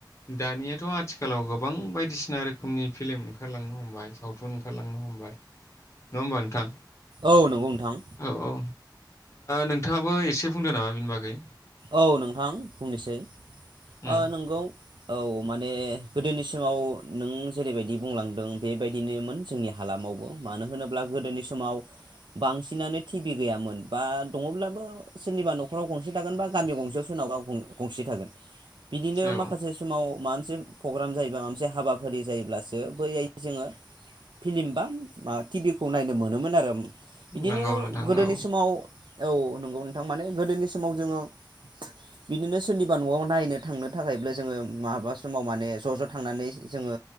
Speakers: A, on the left; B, on the right.
A: दानियाथ' आथिखालाव गोबां बायदिसिना रोखोमनि फिलिम ओंखारलांनो हमबाय सावथुन ओंखारलांनो हमबाय नङा होमबा नोंथां?
B: औ नंगौ नोंथां।
A: औ औ नोंथाङाबो एसे बुंदो नामा बिनि बागै
B: औ नों थां आं बुंनिसै
A: उम
B: आ नोंगौ औ माने गोदोनिसिमाव नों जेरैबायदि बुंलांदों बेबायदिनोमोन जोंनि हालामावबो। मानो होनोब्ला गोदोनि समाव बांसिनानो टिभि गैयामोन बा दङब्लाबो सोरनिबा न'खराव गंसे थागोन बा गामियाव गंसेयाव सोनावबा आं गंसे थागोन। बिदिनो
A: औ
B: माखासे समाव मा मोनसे प्रग्राम जायोबा मोनसे हाबाफारि जायोब्लासो बै जोङो फिलिम बा माबा टिभि खौ नायनो मोनोमोन आरो बिदिनो
A: नंगौ नोंथां
B: गोदोनि
A: औ
B: समाव औ नंगौ नोंथां माने गोदोनि समाव जोङो बिदिनो सोरनिबा न'आव नायनो थांनो थाखायब्ला जोङो माबा समाव माने माने ज' ज' थांनानै जोङो